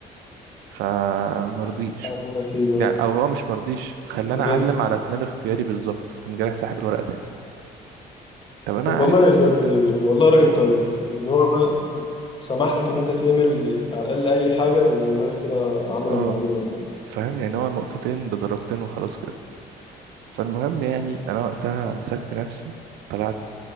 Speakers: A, on the right (about 80°); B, on the left (about 30°).
A: فمرضيش
B: أقول لك إيه بقى
A: يعني او هو مش مرضيش خلاني
B: بجد
A: اعلم على اتنين اختياري بالظبط كان جارح ساحب الورقه تاني طب انا
B: طب
A: عارف
B: والله بجد
A: يعني فاهم
B: والله راجل طيب إن هو سمح لك إن أنت تعمل على الأقل أي حاجة هو والله كده عمل
A: اه
B: اللي عليه والله
A: فاهم يعني هو نقطتين بدرجتين وخلاص كده فالمهم يعني انا وقتها مسكت نفسي طلعت